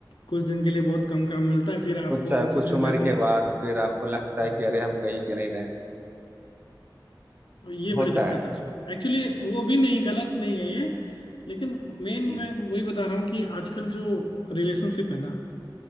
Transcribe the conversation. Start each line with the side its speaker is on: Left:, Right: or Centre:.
Left: कुछ दिन के लिए बहुत कम काम मिलता है फिर आपको
Right: कुछ सा-
Left: ऑफिस
Right: कुछ
Left: में
Right: उम्र
Left: जैसे
Right: के
Left: जैसे
Right: बाद फिर आपको लगता है
Left: हम्म।
Right: कि अरे हम कहीं के नहीं रहे
Left: तो ये बड़ी
Right: होता
Left: दिक्कत
Right: है
Left: है उसमें एक्चुअली वो भी नहीं गलत नहीं है ये लेकिन मेन
Right: हम्म,
Left: मैं वही बता रहा हूँ कि आजकल जो रिलेशनशिप है ना